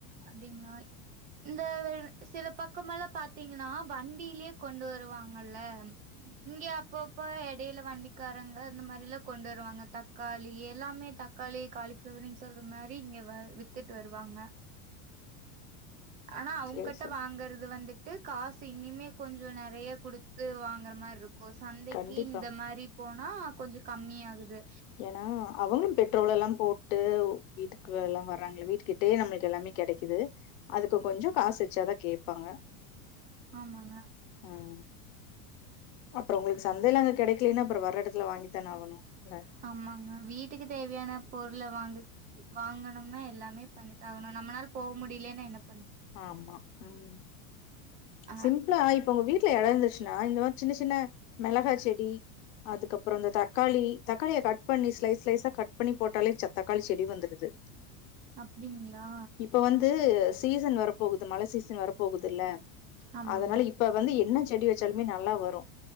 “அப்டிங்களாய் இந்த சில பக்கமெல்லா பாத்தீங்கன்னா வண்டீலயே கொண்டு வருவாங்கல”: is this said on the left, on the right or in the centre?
Right